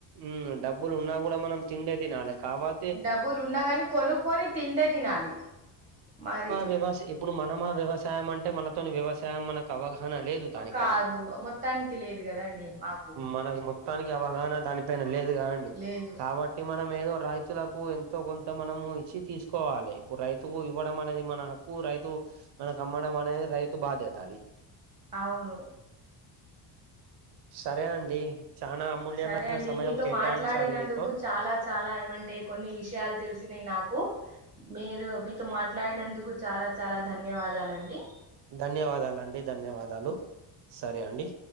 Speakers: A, on the right; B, on the right.
A: ఊ డబ్బులు ఉన్నా కూడా మనం తిండే తినాల కావాల
B: డబ్బులు ఉన్న గాని కొనుక్కకుని తిండే తినాలి మరి
A: వ్యవస్ ఇప్పుడు మనమా వ్యవసాయం అంటే మనతోని వ్యవసాయం మనకు అవగాహన లేదు దానిపైన
B: కాదు మొత్తానికి లేదు కదండి మాకు
A: మనకు మొత్తానికి అవగాహన దానిపైన లేదు కాదండి
B: లేదు
A: కాబట్టి మనం ఏదో రైతులకు ఎంతో కొంత మనము ఇచ్చి తీసుకోవాలి ఇప్పుడు రైతుకు ఇవ్వడం అనేది మన హక్కు రైతు మనకు అమ్మడం అనేది రైతు బాధ్యత అది
B: అవును
A: సరే అండి చాలనా అమూల్యమైన
B: సరే అండి
A: సమయం
B: మీతో
A: కేటాయించారు
B: మాట్లాడినందుకు
A: మీతో
B: చాలా చాలా ఏమంటే కొన్ని విషయాలు తెలిసినాయి నాకు మీరు మీతో మా మాట్లాడినందుకు చాలా చాలా ధన్యవాదాలండి
A: ధన్యవాదాలండి ధన్యవాదాలు సరే అండి